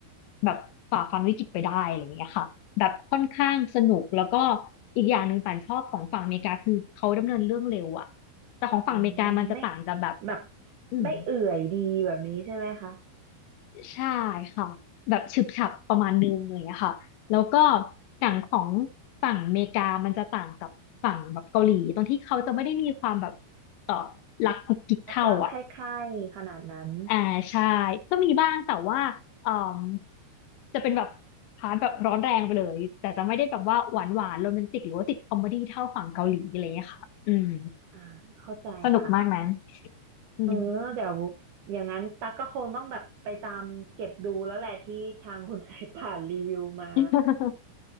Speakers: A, on the left (about 85°); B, on the right (about 70°).
A: แบบฝ่าฟันวิกฤตไปได้อะไรอย่างเงี้ยค่ะแบบค่อนข้างสนุกแล้วก็อีกอย่างหนึ่งป่านชอบของฝั่งอเมริกาคือเขาดำเนินเรื่องเร็วอะ แต่ของฝั่งอเมริกามันจะต่างกับแบบ
B: อืมไม่แบบ
A: อืม
B: ไม่เอื่อยดีแบบนี้ใช่ไหมคะ
A: ใช่ค่ะแบบฉึบฉับประมาณนึงอะไรอย่างเลยค่ะแล้วก็อย่างของฝั่งอเมริกามันจะต่างกับฝั่งแบบเกาหลีตรงที่เขาจะไม่ได้มีความแบบเออรักกุ๊กกิ๊กเท่าอ่ะ
B: รักๆไขใคร่ๆขนาดนั้น
A: อ่าใช่ก็มีบ้างแต่ว่าเอ่มจะเป็นแบบพาร์ทแบบร้อนแรงไปเลยแต่จะไม่ได้แบบว่าหวานหวานโรแมนติกหรือว่าติดคอมเมดี้เท่าฝั่งเกาหลีอะไรอย่างเงี้ยค่ะอืม
B: อ่าเข้าใจค่ะ
A: สนุกมากนะอืม
B: เออเดี๋ยวอย่างนั้นตักก็คงต้องแบบไปตามเก็บดูแล้วแหละที่ทางคุณ <laughs> สายป่านรีวิวมา
A: <laughs>